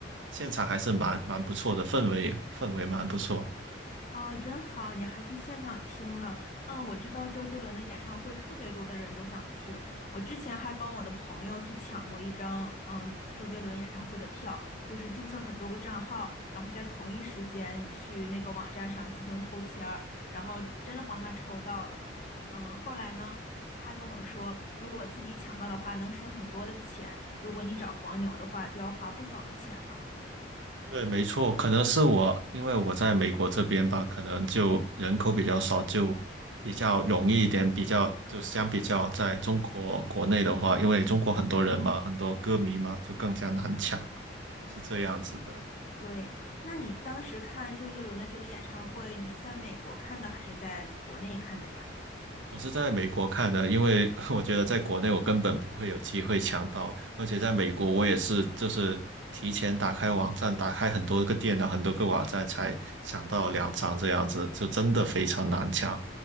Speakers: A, on the right; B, on the left.
A: 现场还是蛮蛮不错的，氛围氛围蛮不错。
B: 哦，真好，你还去现场听了。嗯，我知道周杰伦的演唱会特别多的人都想去，我之前还帮我的朋友去抢过一张，嗯，周杰伦演唱会的票，就是注册很多个账号，然后在同一时间去那个网站上进行抽签儿，然后真的帮他抽到了。嗯，后来呢，他跟我说，如果自己抢到的话，能省很多的钱；如果你找黄牛的话，就要花不少的钱呢。
A: 对，没错，可能是我，因为我在美国这边吧，可能就人口比较少，就比较容易一点，比较就相比较在中国国内的话，因为中国很多人嘛，很多歌迷嘛，就更加难抢，是这样子的。
B: 对，那你当时看周杰伦的这个演唱会，你是在美国看的还是在国内看的呀？
A: 我是在美国看的，因为 <laughs> 我觉得在国内我根本不会有机会抢到，而且在美国我也是就是提前打开网站，打开很多个电脑，很多个网站才抢到两张这样子，就真的非常难抢。